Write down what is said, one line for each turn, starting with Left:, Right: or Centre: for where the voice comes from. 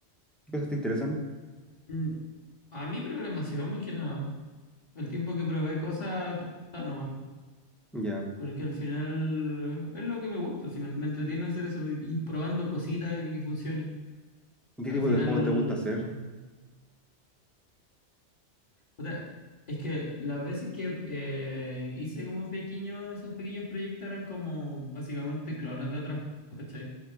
Centre: ¿Qué cosas te interesan?
Left: Mm, A mi programación, más que nada. El tiempo que probé cosas está bueno nomás,
Centre: Ya.
Left: porque al final es lo que me gusta, si me, me entretiene hacer eso, y- ir probando cositas y que funcionen.
Centre: ¿Y qué
Left: Al
Centre: tipo
Left: final,
Centre: de juegos te gusta hacer?
Left: o sea, es que las veces que eh, hice como pequeños, esos pequeños proyectos eran como básicamente clones de otras cosas, ¿cachai?